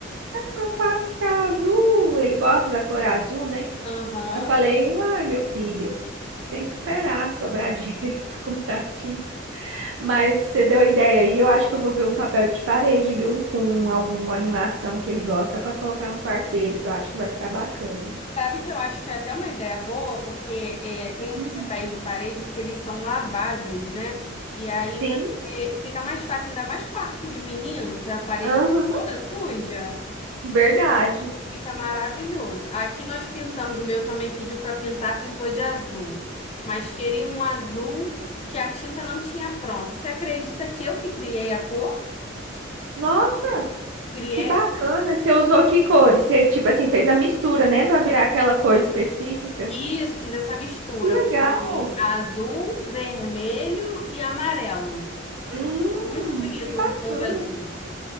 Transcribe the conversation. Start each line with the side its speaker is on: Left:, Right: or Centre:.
Right: meu quarto fica azul, ele gosta da cor azul, né?
Left: Aham.
Right: Eu falei, uai, meu filho, tem que esperar sobrar dinheiro <laughs> pra comprar tinta. Mas você deu a ideia aí, eu acho que eu vou ver um papel de parede, viu? Com alguma animação que ele gosta pra colocar no quarto dele, que eu acho que vai ficar bacana.
Left: Sabe que eu acho que é até uma ideia boa, porque é, tem
Right: Uhum.
Left: uns papéis de parede que eles são laváveis, né? E aí
Right: Sim,
Left: você fica mais fácil, ainda mais quarto de menino, que a parede
Right: aham,
Left: fica toda suja,
Right: verdade.
Left: fica maravilhoso. Aqui nós pintamos, o meu também pediu para pintar, pintou de azul, mas queria um azul que a tinta não tinha pronta. Você acredita que eu que criei a cor?
Right: Nossa,
Left: Criei.
Right: que bacana. Você usou que cores? Você, tipo assim, fez a mistura, né, Pra virar aquela cor específica?
Left: Isso, fiz essa mistura.
Right: Que legal.
Left: Fui azul, vermelho e amarelo.
Right: Hum,
Left: Ficou muito bonito
Right: que bacana.
Left: o tom de azul.